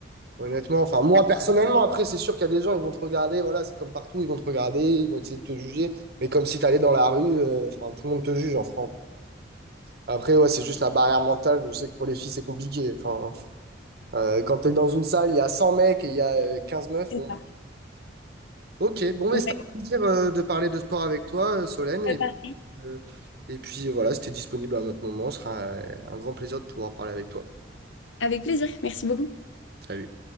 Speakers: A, on the right; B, on the left.
A: honnêtement. Enfin, moi, personnellement, après, c'est sûr qu'il y a des gens, ils vont te regarder, voilà, c'est comme partout, ils vont te regarder, ils vont essayer de te juger. Mais comme si t'allais dans la rue, euh, enfin, tout le monde te juge en France. Après, ouais, c'est juste la barrière mentale. Je sais que pour les filles, c'est compliqué. Enfin, euh, quand t'es dans une salle, il y a 100 mecs et il y a euh, 15 meufs,
B: C'est
A: bon.
B: ça.
A: Ok, bon, mais
B: Ouais,
A: c'était un plaisir, euh, de parler de sport avec toi, euh, Solène.
B: ça
A: Et
B: va.
A: Euh, Et puis voilà, c'était disponible à un autre moment. Ce sera un un grand plaisir de pouvoir parler avec toi.
B: Avec plaisir, merci beaucoup.
A: Salut.